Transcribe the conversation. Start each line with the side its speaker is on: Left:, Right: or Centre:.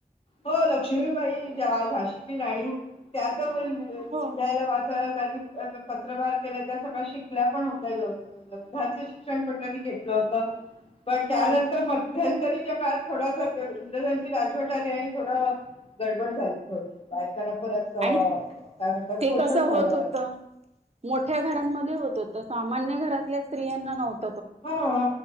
Left: हो लक्ष्मीबाई ज्या झाशीची राणी त्याच म
Right: हो
Left: घ्यायला वाचायला पत्रवार केले त्या सगळ्या शिकल्या पण होत्या <inaudible> युद्धाचं शिक्षण पण त्यांनी घेतलं होतं. पण त्यानंतर
Right: हो.
Left: मध्यंतरीच्या काळात थोडासा इंग्रजांची राजवट आली आणि थोडं गडबड झाली थोडी बायकांना परत काय
Right: आणि
Left: म्हणतात
Right: ते
Left: कोशात
Right: कसं
Left: राहाव
Right: होत
Left: लागल.
Right: होतं. मोठ्या घरांमध्ये होत तर सामान्य घरातल्या स्त्रियांना नव्हत.
Left: हा हा